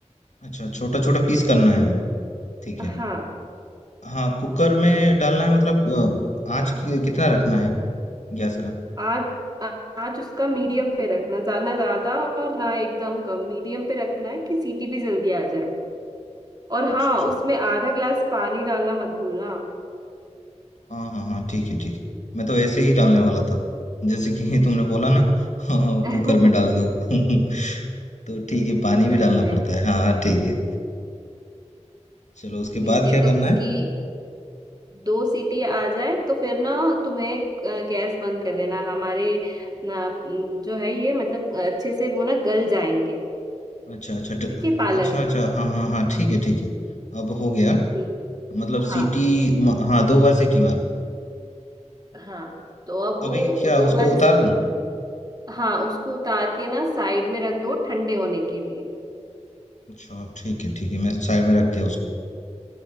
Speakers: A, on the left (about 75°); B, on the right (about 35°).
A: अच्छा, छोटा-छोटा पीस करना है अभी, ठीक है।
B: हाँ
A: हाँ, कुकर में डालना है मतलब अ, आँच कि कितना रखना है गैस का?
B: आज आज उसका मीडियम पे रखना ज्यादा ना ज्यादा और ना एकदम कम मीडियम पे रखना है कि सीटी भी जल्दी आ जाए और
A: अच्छा,
B: हाँ
A: अच्छा।
B: उसमें आधा गिलास पानी डालना मत भूलना
A: हाँ, हाँ, हाँ, ठीक है, ठीक है। मैं तो ऐसे ही डालने वाला था, जैसे कि <laughs> तुमने बोला ना हाँ, हाँ,
B: <laughs> नहीं
A: कुकर में डाल दो। <laughs> तो ठीक है, पानी
B: नहीं
A: भी डालना पड़ता है। हाँ, हाँ, ठीक है। चलो उसके
B: ठीक
A: बाद
B: है
A: क्या
B: तो
A: करना
B: उसकी
A: है?
B: दो सीटी आ जाए तो फिर ना तुम्हें अ, गैस बंद कर देना हमारे ना अम, जो है ये मतलब अच्छे से वो ना गल जाएंगे
A: अच्छा, अच्छा ड
B: ठीक है पालक
A: अच्छा, अच्छा। हाँ, हाँ, हाँ, ठीक है, ठीक है। अब हो गया
B: ठीक
A: मतलब
B: हाँ
A: सीटी म हाँ, 2 बार सीटी मारा।
B: हाँ तो अब
A: अभी
B: वो
A: क्या
B: दो
A: उसको
B: बार
A: उतार
B: इस-
A: दूँ?
B: हाँ उसको उतार के ना साइड में रख दो ठंडे होने के लिए
A: अच्छा ठीक है ठीक है मैं साइड में रख दिया उसको